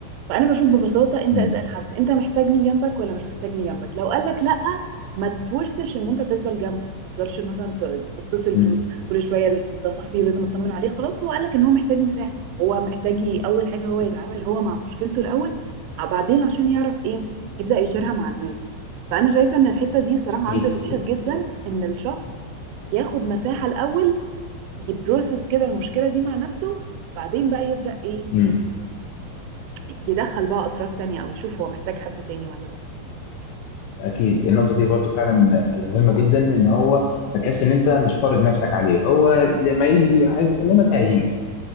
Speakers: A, on the right; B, on the left.
A: فانا بشوف ببساطه انت
B: امم
A: اسال حد انت محتاجني جنبك ولا مش محتاجني جنبك لو قال لك لا ما تفورسش ان انت تفضل جنبه ما تفضلش مثلا ت- تتصل بيه
B: امم
A: كل شويه ال- ده صاحبي ولازم اطمن عليه خلاص هو قال لك ان هو محتاج مساحه هو محتاج ي- اول حاجه هو يتعامل
B: أمم.
A: هو مع مشكلته الاول بعدين عشان يعرف ايه يبدا يشيرها مع الناس فانا شايفه ان الحته دي صراحه
B: اكيد
A: اندر ريتد جدا ان الشخص ياخد مساحه الاول يبروسس كده المشكله دي مع نفسه بعدين بقى يبدا ايه
B: امم
A: يدخل بقى اطراف تانية او يشوف هو محتاج حد تاني ولا لا
B: اكيد النقطه دي برضو فعلا آه، مهمه جدا ان هو ما تحس ان انت مش فارض نفسك عليه هو لما يجي عايز يكلمك هيجي